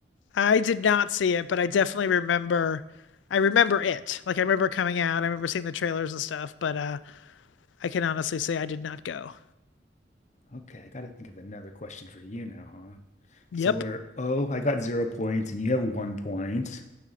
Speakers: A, on the left; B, on the left.
A: I did not see it, but I definitely remember I remember it. Like I remember coming out, I remember seeing the trailers and stuff, but uh I can honestly say I did not go.
B: Okay, I got to think of another question for you now, huh?
A: Yep.
B: So we're oh, I got zero points, and you have one point.